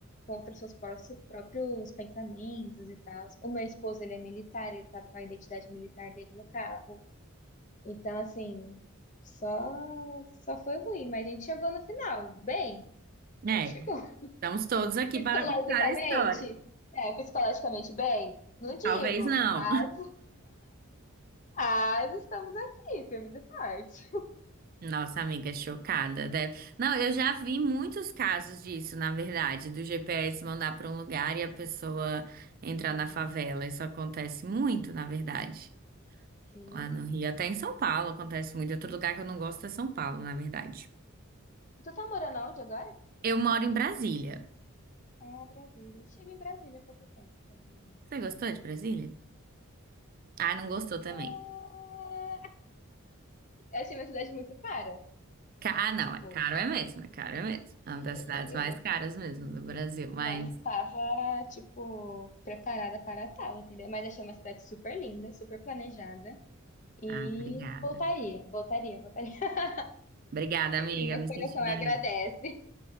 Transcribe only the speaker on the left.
Contra os seus pró- próprios pensamentos e tal. O meu esposo, ele é militar, ele tava com a identidade militar dele no carro. Então, assim, só, só foi ruim, mas a gente chegou no final, bem.
A gente chegou.
<laughs>
Psicologicamente,
é, psicologicamente bem, não digo,
mas, mas estamos aqui, firmes e fortes.
Hum,
Sim.
Tu tá morando onde agora?
Ah, Brasília. Estive em Brasília há pouco tempo, falando nisso.
Ah, Eu achei minha cidade muito cara.
Tipo,
é,
eu
Não estava, tipo, preparada para tal, entendeu? Mas achei uma cidade super linda, super planejada. E
voltaria, voltaria, voltaria. <laughs>
E meu
coração
agradece.